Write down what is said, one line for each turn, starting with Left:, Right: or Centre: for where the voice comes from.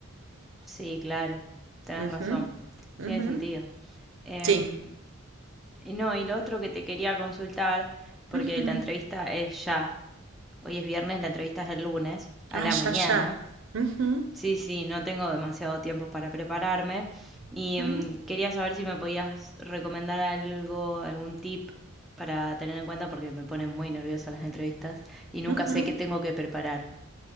Centre: Sí, claro, tenés
Right: Ujú,
Centre: razón, tiene
Right: ujú,
Centre: sentido. Em,
Right: Sí.
Centre: y no, y lo otro que te quería consultar, porque
Right: Ujú.
Centre: la entrevista es ya, hoy es viernes, la entrevista es el lunes, a
Right: Ah,
Centre: la mañana.
Right: ya, ya. Ujú,
Centre: Sí, sí, no tengo demasiado tiempo para prepararme y
Right: ujú,
Centre: em, quería saber si me podías recomendar algo, algún tip para tener en cuenta, porque me ponen muy nerviosa las entrevistas y nunca
Right: ujú.
Centre: sé qué tengo que preparar.